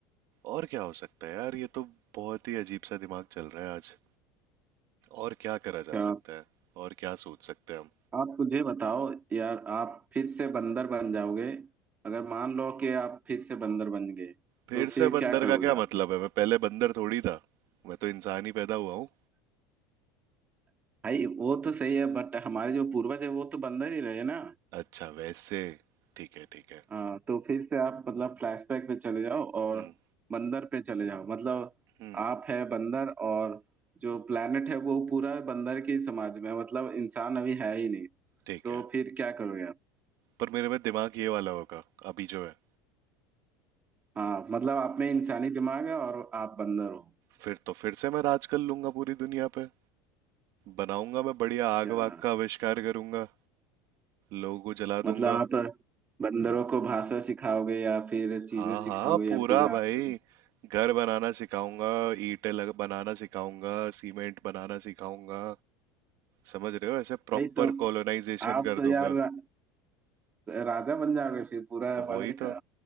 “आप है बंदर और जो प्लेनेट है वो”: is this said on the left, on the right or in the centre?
Right